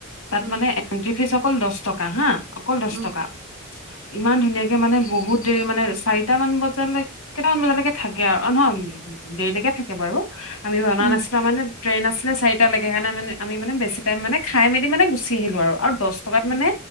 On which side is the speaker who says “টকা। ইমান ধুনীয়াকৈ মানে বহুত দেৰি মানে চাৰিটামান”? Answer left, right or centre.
Left